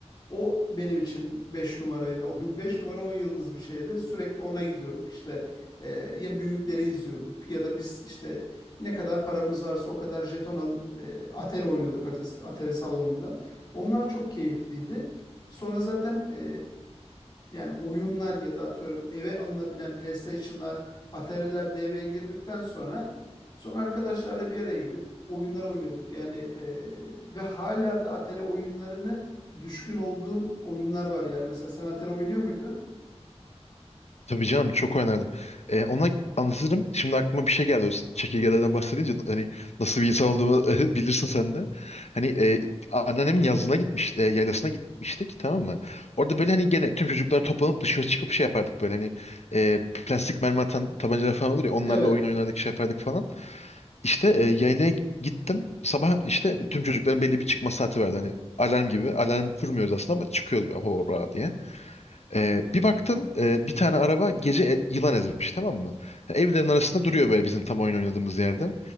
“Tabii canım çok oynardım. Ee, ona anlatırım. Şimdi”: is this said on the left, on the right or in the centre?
Left